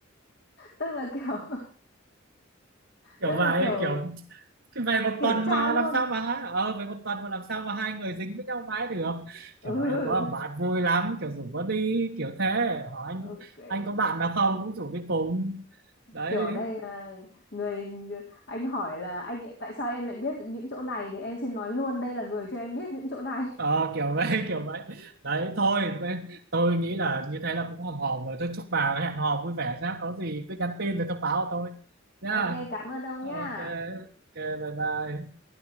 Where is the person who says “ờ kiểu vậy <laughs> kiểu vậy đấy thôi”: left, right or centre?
Right